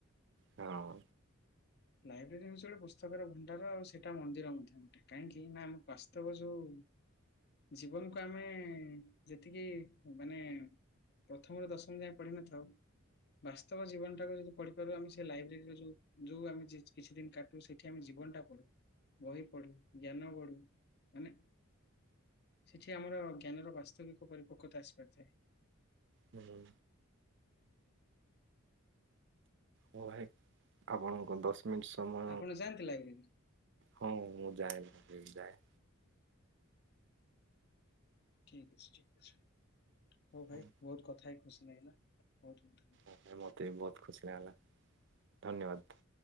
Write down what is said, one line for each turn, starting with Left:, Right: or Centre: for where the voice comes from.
Right: ହଁ।
Left: ଲାଇବ୍ରେରୀ ହଉଛି ଗୋଟେ ପୁସ୍ତକର ଭଣ୍ଡାର ଆଉ ସେଇଟା ମନ୍ଦିର ମଧ୍ୟ ଗୋଟେ କାହିଁକି ନା ଆମ ବାସ୍ତବ ଯୋଉ ଜୀବନକୁ ଆମେ ଯେତିକି ମାନେ ପ୍ରଥମରୁ ଦଶମ ଯାଏଁ ପଢିନଥାଉ। ବାସ୍ତବ ଜୀବନଟାକୁ ଯଦି ପଢିପାରୁ ଆମେ ସେ ଲାଇବ୍ରେରୀରେ ଯୋଉ ଯୋଉ ଆମେ କିଛି କିଛି ଦିନ କାଟୁ ସେଠି ଆମ ଜୀବନଟା ପଡୁ ବହି ପଢୁ ଜ୍ଞାନ ବଢୁ ମାନେ ସେଠି ଆମର ଜ୍ଞାନର ବାସ୍ତବିକ ପରିପକ୍ୱତା ଆସିପାରିଥାଏ।
Right: ହୁଁ। ହୋଉ ଭାଇ ଆପଣଙ୍କୁ ଦୋସ ଟ ସମୟ
Left: ଆପଣ ଯାଆନ୍ତି ଲଇବ୍ରେରି?
Right: ହଁ ମୁଁ ଯାଏ ଲାଇବ୍ରେରି ଯାଏ।
Left: ଠିକ୍ ଅଛି ଠିକ୍ ଅଛି ହୋଉ
Right: ହଁ
Left: ଭାଇ ବୋହୁତ କଥା ହେଲି ଖୁସି ଲାଗିଲା ବୋହୁତ ବୋହୁତ ଧନ୍ୟବାଦ।
Right: କଥା ହେଇକି ମତେ ବି ବୋହୁତ ଖୁସି ଲାଗାଲା ଧନ୍ୟବାଦ।